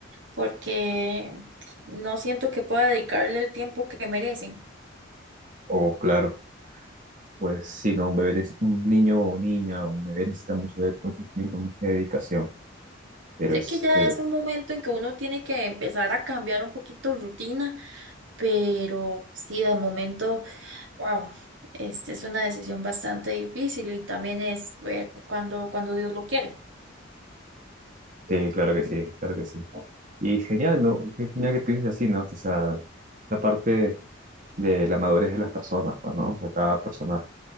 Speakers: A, on the right; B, on the right.
A: porque no siento que pueda dedicarle el tiempo que merecen.
B: Oh, claro. Pues sí, no, un bebé, neces- un niño o niña, un bebé necesita mucho, de- mucho tiempo, mucha dedicación. Pero
A: Sé
B: este,
A: que ya es un momento en que uno tiene que empezar a cambiar un poquito rutina, pero sí, de momento. Wow, este es una decisión bastante difícil y también es ver cuando, cuando Dios lo quiere.
B: Sí, claro que sí, claro que sí. Y genial, me qué genial que pienses así, ¿no? O sea, la parte de la madurez de las personas, pues, ¿no? O sea, cada persona